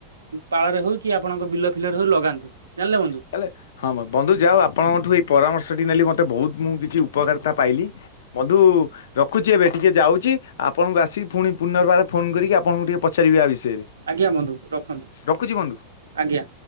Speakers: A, on the right; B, on the left.
A: ପାଳରେ ହଉ କି ଆପଣଙ୍କ ବିଲ ଫିଲରେ ହଉ ଲଗାନ୍ତୁ ଜାଣିଲେ ବନ୍ଧୁ।
B: କହଲେ ହଁ ବନ୍ଧୁ ଯାଅ ଆପଣଙ୍କଠୁ ଏଇ ପରାମର୍ଶ ଟି ନେଲି ମତେ ବହୁତ ମୁଁ କିଛି ଉପକାରିତା ପାଇଲି। ବନ୍ଧୁ ରଖୁଛି ଏବେ ଟିକେ ଯାଉଛି ଆପଣଙ୍କୁ ଆସିକି ପୁଣି ପୁନର୍ବାର ଫୋନ କରିକି ଆପଣଙ୍କୁ ଟିକେ ପଚାରିବି ଆ ବିଷୟରେ।
A: ଆଜ୍ଞା ବନ୍ଧୁ ରଖନ୍ତୁ
B: ରଖୁଛି ବନ୍ଧୁ।
A: ଆଜ୍ଞା।